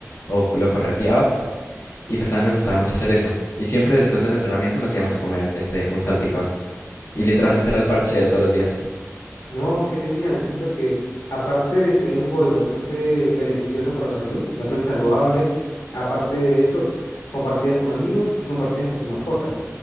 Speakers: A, on the left; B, on the left.
A: o lo correteaba y pues también me gustaba mucho hacer eso. Y siempre después del entrenamiento nos íbamos a comer este un salpicón y literalmente era el parche de todos los días.
B: No, qué genial. Siento que aparte de que es un hobby bastante beneficioso para la salud, bastante saludable, aparte de eso, compartidas con amigos y compartidas con tu mascota.